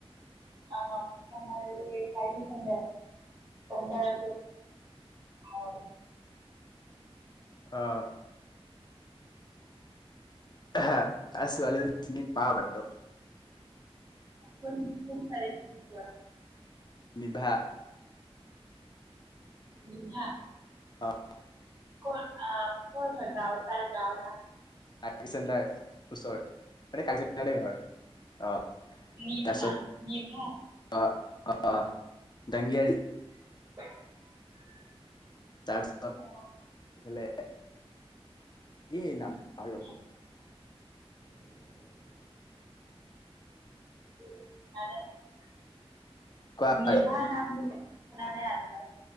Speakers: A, on the right; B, on the left.
A: অ', আমাৰ এই চাৰ্ভিচ চেণ্টাৰ, চেণ্টাৰ আছে। হয়।
B: অ'।
A: <unintelligible>
B: হা। ছোৱালী <inaudible> চিনি পাওঁ বাৰু।
A: কোন-কোন ছোৱালী চিনি পোৱা?
B: বিভা।
A: বিভা?
B: অ'।
A: কৰ, আ কৰ হয় গাওঁ তাইৰ গাঁওৰ নাম?
B: <inaudible> চেণ্টাৰ ওচৰৰ। মানে <inaudible> ঘৰ অ',
A: নিভা
B: তাৰপিছত
A: নিভা
B: অ', অ', অ', জাংজ্ঞাৰি।
A: <unintelligible>
B: তাৰপিছত
A: অ
B: এইফালে কি নাম টো পাহৰি গলোঁ।
A: <unintelligible> <unintelligible>
B: কোৱা
A: নিভা
B: আৰু
A: নাম <unintelligible> শুনা নাই আৰু মই।